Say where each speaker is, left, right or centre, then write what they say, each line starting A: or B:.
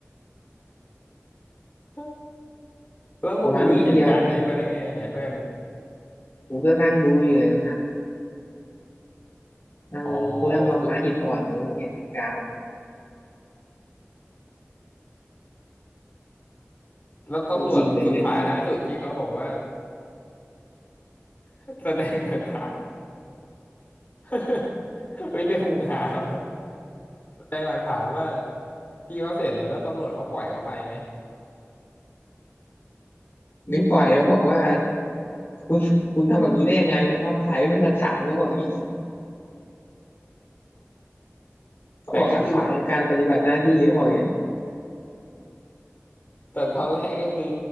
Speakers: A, on the left; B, on the left.
A: <laughs> แล้วมึงไปรู้เหตุการณ์นี้มาได้ไงเนี่ยเพื่อน
B: ประมาณวิเดียวเพื่อนกูก็นั่งดูอยู่เลยเพื่อนนั่งกูนั่งมาม้าหินอ่อนนะกูเห็นเหตุการณ์
A: อ๋อคือแล้วตำรวจสุดท้ายท้ายสุดที่เขาบอกว่า
B: เรื่องจริงเลยเรื่องจริง
A: <laughs> แสดงหลักฐาน <laughs> เฮ้ยเรื่องมึงหาเหรอแสดงหลักฐานว่าที่เขาเสร็จเลยแล้วตำรวจเขาปล่อยเขาไปไหม
B: ไม่ปล่อยเขาบอกว่าคุณคุณทำแบบนี้ได้ยังไงนะครับถ่ายไว้เป็นหลักฐานเขาบอกอย่างนี้ เขาบอกขัดขวางการปฏิบัติหน้าที่เขาบอกอย่างเงี้ย
A: แต่ก็คือแต่ตอนแรกก็คือ